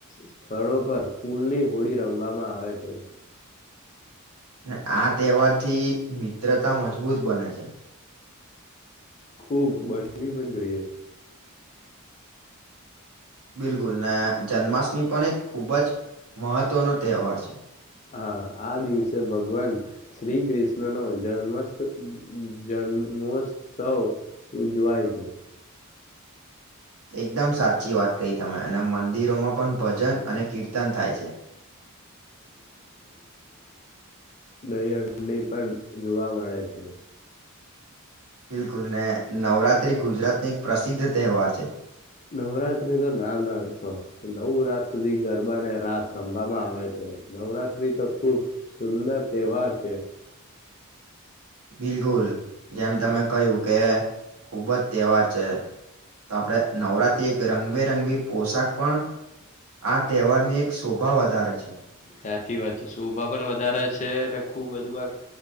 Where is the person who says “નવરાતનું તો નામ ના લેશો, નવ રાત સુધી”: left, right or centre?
Left